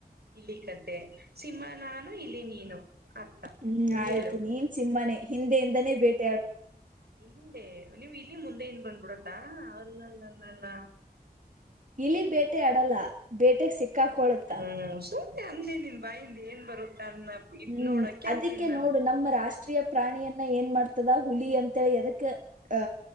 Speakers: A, on the right (about 75°); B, on the right (about 50°).
A: ಇಲಿ ಕತೆೆ ಸಿಂಹ ನಾನು ಇಲಿ ನೀನು. ಅರ್ಥ
B: ಹ್ಮ್ ಆಯ್ತು
A: ಹೇಳು.
B: ನೀನ್ ಸಿಂಹನೇ ಹಿಂದೆಯಿಂದ. <unintelligible>
A: ಹಿಂದೆ ನೀವು ಇಲಿ ಮುಂದೆ. ಬಂದ್ಬಿಡುತ್ತಾ ಅಲ್ಲಲ್ಲಲ್ಲಲ್ಲ.
B: ಇಲಿ ಬೇಟೆ ಆಡಲ್ಲ. ಬೇಟೆಗ್ ಸಿಕ್ಕಾಕೊಳುತ್ತ
A: ಹ್ಮ್ ಸು. ಹಂದೆ ನಿನ್ ಬಾಯಿಂದ ಏನ್ ಬರುತ್ತ. ಅನ್ನ ಇದ್
B: ಹ್ಮ್
A: ನೋಡಕ್ಕೆ
B: ಅದಿಕ್ಕೆ
A: ಅಂತೀನಿ ನಾನು.
B: ನೋಡು ನಮ್ಮ ರಾಷ್ಟ್ರೀಯ ಪ್ರಾಣಿಯನ್ನ ಏನ್ ಮಾಡ್. ಆತದ ಹುಲಿ ಅಂತಿ ಎದಕ್ಕೆ ಅ